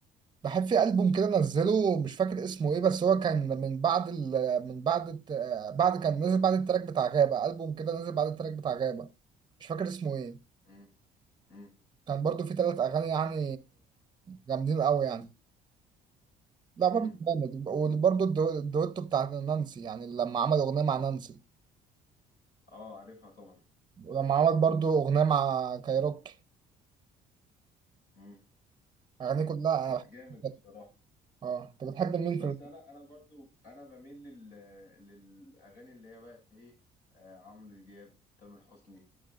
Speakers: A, on the right (about 25°); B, on the left (about 65°).
A: بحب في ألبوم كده نزله مش فاكر اسمه ايه بس هو كان من بعد ال... من بعد الت... آه، بعد كان نزل بعد التراك بتاع غابة ألبوم كده نزل بعد التراك بتاع غابة مش فاكر اسمه ايه
B: امم امم
A: كان برضو في ثلاث أغاني يعني جامدين قوي يعني لا
B: امم
A: بابلو جامد وبرضه الدو- الدويتو بتاع نانسي يعني لما عمل أغنية مع نانسي
B: اه عارفها طبعا
A: ولما عمل برضه أغنية مع كايروكي
B: امم
A: أغانيه كلها أنا
B: لا جامد
A: بحب
B: الصراحه
A: اه أنت بتحب مين
B: بس
A: في الأغنية؟
B: انا انا برضو انا بميل لل للاغاني اللي هي بقى ايه آه عمرو دياب تامر حسني